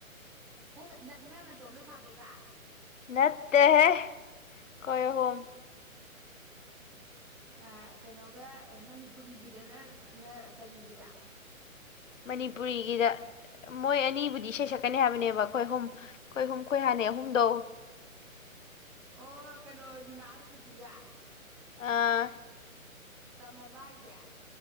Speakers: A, in the centre; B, on the left.
A: ꯅꯪ-ꯅ-ꯅ-ꯅꯪ ꯅꯇꯣꯝꯇ ꯁꯥꯗꯣꯏꯕ
B: ꯅꯠꯇꯦꯍꯦ ꯈꯣꯏ ꯑꯍꯨꯝ
A: ꯑ ꯀꯩꯅꯣꯒ ꯃꯅꯤꯄꯨꯔꯤꯒꯤꯗꯅ ꯅ ꯀꯔꯤꯑꯕ
B: ꯃꯅꯤꯄꯨꯔꯤꯒꯤꯗ ꯃꯣꯏ ꯑꯅꯤꯕꯨꯗꯤ ꯏꯁꯩ ꯁꯛꯀꯅꯤ ꯍꯥꯏꯕꯅꯦꯕ ꯑꯩꯈꯣꯏ ꯑꯍꯨꯝ ꯑꯩꯈꯣꯏ ꯍꯍꯨꯝ ꯈꯣꯏ ꯍꯥꯟꯅꯩ ꯑꯍꯨꯝꯗꯧ
A: ꯑꯣ ꯀꯩꯅꯣ ꯔꯤꯃꯥꯒ ꯁ꯭ꯋꯤꯒ <unintelligible>
B: ꯑꯥ
A: ꯇꯝꯃꯕ ꯍꯥꯏꯁꯦ